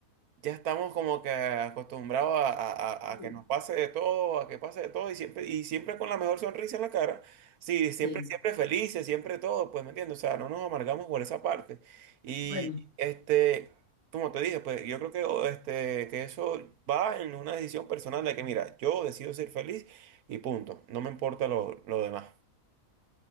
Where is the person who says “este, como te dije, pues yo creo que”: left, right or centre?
Right